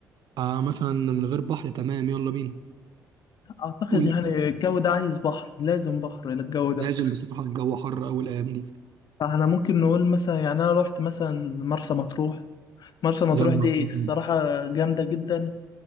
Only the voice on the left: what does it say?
اعتقد
يعني
الجو ده عايز بحر لازم بحر للجو ده
فاحنا ممكن نقول مثلا يعني انا رحت مثلا مرسى مطروح مرسى مطروح
دي
الصراحة جامدة جدا